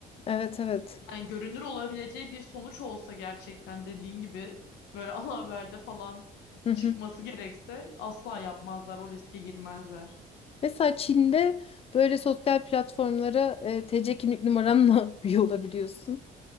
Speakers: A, on the left (about 35°); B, on the left (about 85°).
A: Evet evet.
B: yani görünür olabileceği bir sonuç olsa gerçekten dediğin gibi böyle <laughs> ana haberde falan
A: Hı hı.
B: çıkması gerekse asla yapmazlar, o riske girmezler.
A: Mesela Çin'de böyle sosyal platformlara e, TC kimlik numaranla <laughs> üye olabiliyorsun.